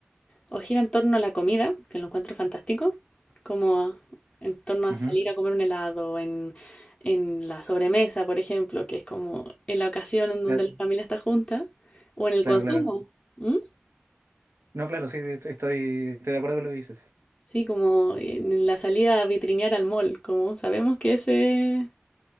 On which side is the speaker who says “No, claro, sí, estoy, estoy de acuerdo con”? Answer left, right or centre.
Right